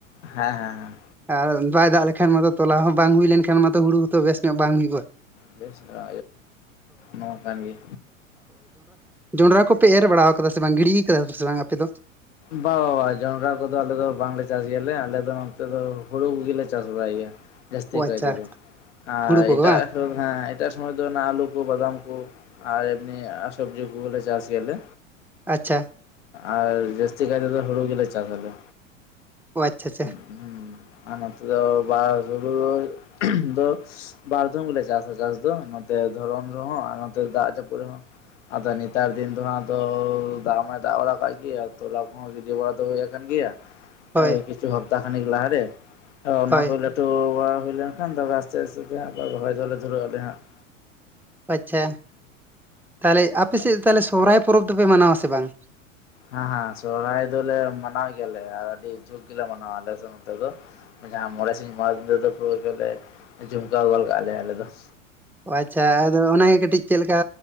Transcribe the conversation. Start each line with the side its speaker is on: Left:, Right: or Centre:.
Left: ᱦᱮᱸ ᱦᱮᱸ ᱦᱮᱸ
Centre: ᱟᱨ ᱵᱟᱭ ᱫᱟᱜ ᱞᱮᱠᱷᱟᱱ ᱢᱟᱛᱚ ᱛᱚᱞᱟ ᱦᱚᱸ ᱵᱟᱝ ᱦᱩᱭ ᱞᱮᱱᱠᱷᱟᱱ ᱢᱟᱛᱚ ᱦᱩᱲᱩ ᱦᱚᱸ ᱛᱚ ᱵᱮᱥ ᱧᱚᱜ ᱵᱟᱝ ᱦᱩᱭᱩᱜᱼᱟ ᱾
Left: ᱵᱮᱥ ᱫᱚ ᱱᱚᱣᱟ ᱠᱟᱱ ᱜᱮ
Centre: ᱡᱚᱸᱰᱨᱟ ᱠᱚᱯᱮ ᱮᱨ ᱵᱟᱲᱟ ᱠᱟᱣᱫᱟ ᱥᱮ ᱵᱟᱝ ᱜᱤᱲᱤ ᱠᱟᱫᱟ ᱥᱮ ᱵᱟᱝ ᱟᱯᱮ ᱫᱚ?
Left: ᱵᱟ ᱵᱟ ᱵᱟ ᱡᱚᱸᱰᱨᱟ ᱠᱚᱫᱚ ᱟᱞᱮ ᱫᱚ ᱵᱟᱝᱞᱮ ᱪᱟᱥ ᱜᱮᱭᱟᱞᱮ ᱟᱞᱮ ᱫᱚ ᱱᱚᱛᱮ ᱫᱚ ᱦᱩᱲᱩ ᱠᱚᱜᱮ ᱞᱮ ᱪᱟᱥ ᱵᱟᱲᱟᱭ ᱾ ᱜᱮᱭᱟ ᱡᱟᱹᱥᱛᱤ
Centre: ᱚ
Left: ᱠᱟᱭ
Centre: ᱟᱪᱪᱷᱟ
Left: ᱛᱮ ᱫᱚ ᱟᱨ
Centre: ᱦᱩᱲᱩ ᱠᱚᱜᱮ
Left: ᱮᱴᱟᱜ
Centre: ᱵᱟᱝ
Left: ᱦᱮᱸ ᱮᱴᱟᱜ ᱥᱚᱢᱚᱭ ᱫᱚ ᱟᱞᱩ ᱠᱚ ᱵᱟᱫᱟᱢ ᱠᱚ ᱟᱨ ᱮᱢᱱᱤ ᱥᱚᱵᱡᱤ ᱠᱚ ᱦᱩᱲᱩ ᱠᱚ ᱞᱮ ᱪᱟᱥ ᱜᱮᱭᱟᱞᱮ
Centre: ᱟᱪᱪᱷᱟ
Left: ᱟᱨ ᱡᱟᱥ ᱛᱮ ᱫᱚ ᱦᱩᱲᱩ ᱜᱮᱞᱮ ᱪᱟᱥ ᱟᱞᱮ
Centre: ᱚ ᱟᱪᱪᱷᱟ ᱟᱪᱪᱷᱟ
Left: ᱦᱩᱸ
Centre: ᱾
Left: ᱟᱨ ᱱᱚᱛᱮ ᱫᱚ ᱵᱟ ᱦᱩᱲᱩ ᱫᱚ ᱵᱟᱨᱫᱚᱢ ᱜᱮᱞᱮ ᱪᱟᱥᱟ ᱪᱟᱥ ᱫᱚ ᱱᱚᱛᱮ ᱫᱷᱚᱨᱚᱱ ᱨᱮᱦᱚᱸ ᱟᱨ ᱱᱚᱛᱮ ᱫᱟᱜ ᱡᱟᱹᱯᱩᱫ ᱨᱮᱦᱚᱸ ᱾ ᱟᱫᱚ ᱱᱮᱛᱟᱨ ᱫᱤᱱ ᱫᱚ ᱦᱟᱸᱜ ᱫᱚ ᱫᱟᱜ ᱵᱟᱭ ᱫᱟᱜ ᱵᱟᱲᱟ ᱠᱟᱫ ᱜᱮ ᱛᱚᱞᱟ ᱠᱚᱦᱚᱸ ᱜᱤᱰᱤ ᱵᱟᱲᱟ ᱫᱚ ᱦᱩᱭᱟ ᱟᱠᱟᱱ ᱜᱮᱭᱟ
Centre: ᱦᱳᱭ
Left: ᱠᱤᱪᱷᱩ ᱦᱟᱯᱛᱟ ᱠᱷᱟᱱᱤᱠ ᱞᱟᱦᱟᱨᱮ᱾ ᱚᱱᱟ
Centre: ᱦᱳᱭ
Left: ᱠᱚ ᱞᱟᱹᱴᱩ ᱵᱟᱲᱟ ᱦᱩᱭ ᱞᱮᱱᱠᱷᱟᱱ ᱛᱟᱨᱯᱚᱨᱮ ᱟᱥᱛᱮ ᱟᱥᱛᱮ ᱛᱮ ᱟᱨ ᱨᱚᱦᱚᱭ ᱫᱚᱞᱮ ᱫᱷᱩᱨᱟᱹᱜ ᱟᱞᱮ ᱦᱟᱸᱜ ᱾
Centre: ᱟᱪᱪᱷᱟ ᱛᱟᱦᱚᱞᱮ ᱟᱯᱮ
Left: ᱚᱱᱟᱜᱮ
Centre: ᱥᱮᱫ ᱛᱟᱦᱚᱞᱮ ᱥᱚᱦᱚᱨᱟᱭ ᱯᱚᱨᱚᱵᱽ ᱫᱚᱯᱮ ᱢᱟᱱᱟᱣᱟ ᱥᱮ ᱵᱟᱝ?
Left: ᱦᱮᱸ ᱦᱮᱸ ᱥᱚᱨᱚᱦᱟᱭ ᱫᱚᱞᱮ ᱢᱟᱱᱟᱣ ᱜᱮᱭᱟᱞᱮ ᱟᱨ ᱟᱹᱰᱤ ᱡᱷᱩᱠ ᱜᱮᱞᱮ ᱢᱟᱱᱟᱣᱟ ᱟᱞᱮ ᱱᱚᱛᱮ ᱫᱚ ᱾ ᱡᱟᱦᱟᱸ ᱢᱚᱬᱮ ᱥᱤᱧ ᱢᱚᱬᱮ ᱧᱤᱫᱟᱹ ᱫᱚ ᱨᱮ ᱫᱚ ᱯᱩᱨᱟ ᱜᱮᱞᱮ ᱡᱷᱩᱢᱠᱟᱟᱹ ᱜᱚᱫ ᱠᱟᱜᱼᱟ ᱞᱮ ᱟᱞᱮ ᱫᱚ ᱾
Centre: ᱟᱪᱪᱷᱟ ᱟᱫᱚ ᱚᱱᱟᱜᱮ ᱠᱟᱹᱴᱤᱡ ᱪᱮᱫ ᱞᱮᱠᱟ